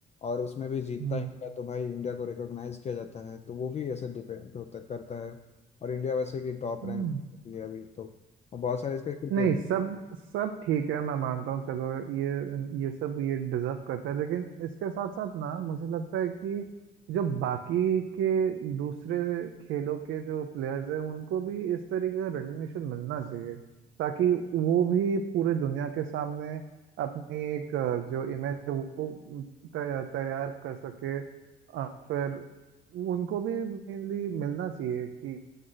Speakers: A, on the left; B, on the right.
A: और उसमें भी जीतता
B: हम्म,
A: है इंडिया तो भाई इंडिया को रिकॉग्नाइज किया जाता है तो वो भी ऐसे डिपेंड होता करता है और इंडिया वैसे कि टॉप
B: हम्म।
A: रैंक पे भी है अभी तो और बहुत सारे इस पे क्रिकेट
B: नहीं सब सब ठीक है मैं मानता हूँ चलो ये ये सब ये डिजर्व करता है लेकिन इसके साथ साथ ना मुझे लगता है कि जो बाकी के दूसरे खेलों के जो प्लेयर्स हैं उनको भी इस तरीके का रिकग्निशन मिलना चाहिए ताकि वो भी पूरे दुनिया के सामने अपनी एक अ, जो इमेज है वो तै- तैयार कर सके अ, फिर उनको भी मेनली मिलना चाहिए कि